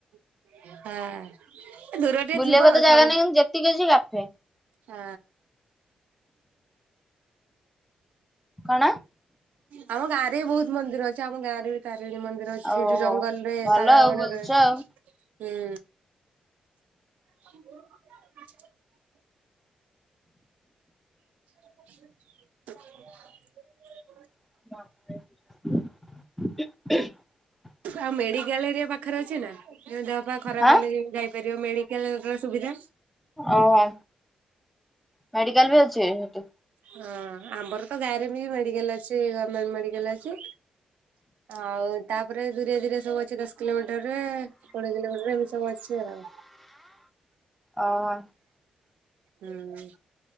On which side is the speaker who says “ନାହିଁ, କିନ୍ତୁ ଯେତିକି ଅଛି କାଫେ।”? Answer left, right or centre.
Centre